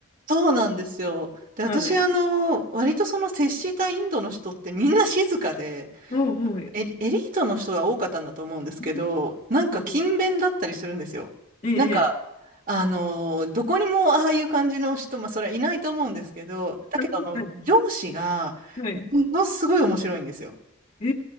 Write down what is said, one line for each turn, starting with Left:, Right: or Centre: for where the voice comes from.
Right: そうなんですよ。で、
Left: はい。
Right: 私、あの、割とその接したインドの人ってみんな静かで、
Left: おう、はい。
Right: エリ、エリートの人が多かったんだと思うんですけど、
Left: な
Right: なんか勤勉だったりするんですよ。
Left: るほど。ええ、
Right: なんか、あのーどこにもああいう感じの人、まあ、それはいないと思うんですけど、だけど、
Left: ええはい。
Right: あの、上司が、
Left: はい。
Right: ものすごい面白いんですよ。
Left: え